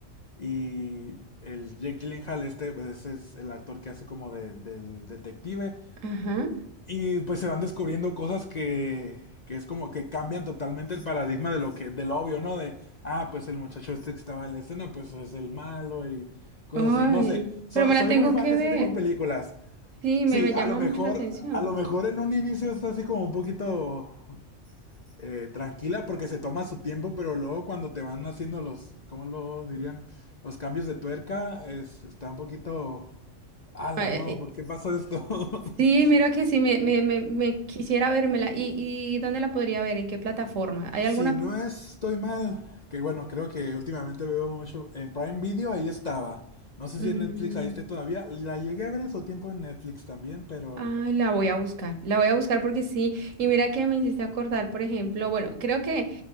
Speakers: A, on the left (about 40°); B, on the right (about 75°).
A: y el Jake Gyllenhaal, este, pues ese es el actor que hace como de, del detective.
B: Ajá.
A: Y pues se van descubriendo cosas que, que es como que cambian totalmente el paradigma de lo que, del obvio, ¿no? De, ah, pues el muchacho este que estaba en la escena, pues es el malo y cosas
B: Ay,
A: así. No sé, so-
B: pero me
A: soy
B: la tengo
A: muy fan
B: que
A: de este
B: ver.
A: tipo de películas.
B: Sí,
A: Sí,
B: me, me llama
A: a lo mejor,
B: mucho la atención.
A: a lo mejor en un inicio está así como un poquito eh, tranquila porque se toma su tiempo, pero luego cuando te van haciendo los, ¿cómo lo dirían? Los cambios de tuerca, es, está un poquito... Ala,
B: Ah, eh,
A: no,
B: eh,
A: ¿por qué pasó esto? <laughs>
B: Sí, mira que sí, me, me, me, me quisiera vérmela. ¿Y, y dónde la podría ver? ¿En qué plataforma? ¿Hay
A: Si
B: alguna?
A: no
B: pla-
A: estoy mal, que bueno, creo que últimamente veo mucho en Prime Video, ahí estaba. No sé
B: Mm.
A: si en Netflix ahí esté todavía. La llegué a ver en su tiempo en Netflix también, pero...
B: Ah, la voy a buscar, la voy a buscar porque sí, y mira que me hiciste acordar, por ejemplo, bueno, creo que